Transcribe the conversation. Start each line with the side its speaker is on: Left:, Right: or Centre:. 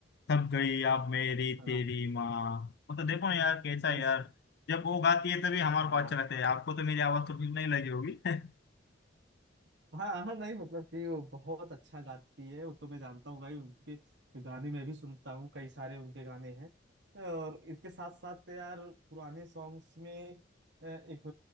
Left: थक गई अब मेरी
Right: हाँ
Left: तेरी माँ मतलब देखो ना यार कैसा
Right: बस,
Left: है यार जब वो गाती है तभी हमारे
Right: हाँ
Left: को अच्छा लगता है आपको तो मेरी आवाज तो ठीक नहीं लगी होगी <laughs>
Right: हाँ हाँ हाँ, नहीं मतलब कि वो बहुत अच्छा गाती है वो तो मैं जानता हूँ भाई उनके गाने मैं भी सुनता हूँ कई सारे उनके गाने हैं और इसके साथ साथ यार पुराने सॉन्ग्स में अ, एक